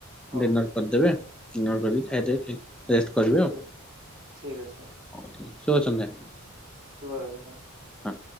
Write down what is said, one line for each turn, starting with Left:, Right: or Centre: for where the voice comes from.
Right: ହଉ
Centre: ଡିନର କରିଦେବେ ଡିନର କରିକି
Right: ହଉ
Centre: ଖାଇଦେ ଖାଇକି ରେଷ୍ଟ କରିବେ
Right: ଠିକ
Centre: ଆଉ।
Right: ଠିକ ଅଛି
Centre: ଓକେ ଶୁଭ ସନ୍ଧ୍ୟା।
Right: <unintelligible>
Centre: ହୁଁ।